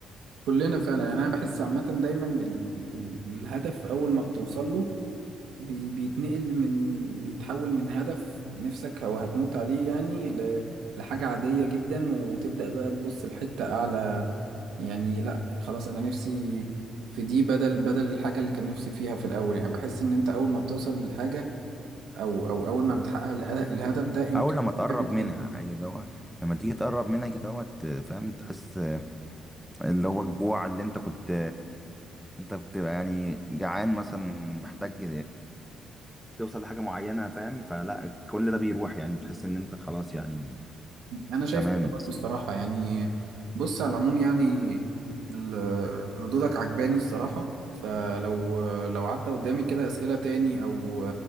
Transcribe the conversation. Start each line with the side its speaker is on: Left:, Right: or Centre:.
Right: كلنا فعلا يعني انا بحس عامه دايما ال... ال... الهدف اول ما بتوصل له بي... بيتنقل من بيتحول من هدف نفسك او هتموت عليه يعني ل... لحاجه عاديه جدا وتبدا بقى تبص لحته اعلى يعني لا خلاص انا نفسي في دي بدل بدل الحاجه اللي كان نفسي فيها في الاول يعني بحس ان انت اول ما بتوصل للحاجه او او اول ما بتحقق ال- الهدف ده قيمته
Centre: او لما تقرب
Right: بتقل
Centre: منها اي اللي هو لما تيجي تقرب منها كده اهوت فاهم تحس اللي هو الجوع اللي انت كنت انت بتبقى يعني جعان مثلا محتاج توصل لحاجه معينه فاهم فلا كل ده بيروح يعني بتحس ان انت خلاص يعني
Right: انا شايف
Centre: تمام
Right: كده
Centre: يعني
Right: برضه الصراحه يعني بص على العموم يعني ال- ردودك عجباني الصراحه فلو لو عدى قدامي كده اسئله تاني او